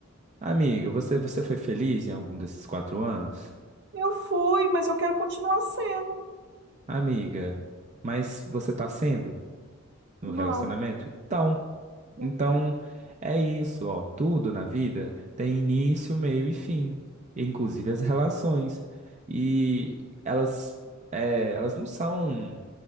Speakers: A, on the right; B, on the right.
A: amiga, você, você foi feliz em algum desses quatro anos?
B: Eu fui, mas eu quero continuar sendo.
A: Amiga, mas você está sendo no
B: Não,
A: relacionamento? Então.
B: não,
A: Então, é isso, ó. Tudo na vida tem início, meio e fim, inclusive as relações. E elas, é, elas não são